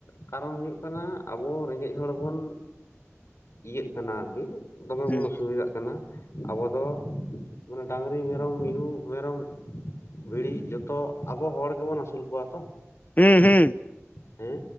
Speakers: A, on the left; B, on the left.
A: ᱠᱟᱨᱚᱱ ᱦᱩᱭᱩᱜ ᱠᱟᱱᱟ ᱟᱵᱚ ᱨᱮᱸᱜᱮᱡ ᱦᱚᱲ ᱵᱚᱱ ᱤᱭᱟᱹᱜ ᱠᱟᱱᱟ ᱟᱨᱠᱤ ᱫᱚᱢᱮ
B: ᱦᱩᱸ ᱦᱩᱸ
A: ᱵᱚᱱ ᱚᱥᱩᱼᱼ ᱵᱤᱫᱟᱜ ᱠᱟᱱᱟ ᱟᱵᱚ ᱫᱚ ᱰᱟᱝᱨᱤ ᱢᱮᱨᱚᱢ ᱢᱤᱦᱩ ᱢᱮᱨᱚᱢ ᱵᱷᱤᱲᱤ ᱡᱚᱛᱚ ᱟᱵᱚ ᱦᱚᱲ ᱜᱮᱵᱚᱱ ᱟᱹᱥᱩᱞ ᱠᱚᱣᱟ ᱛᱚ
B: ᱦᱩᱸ ᱦᱩᱸ
A: ᱦᱮᱸ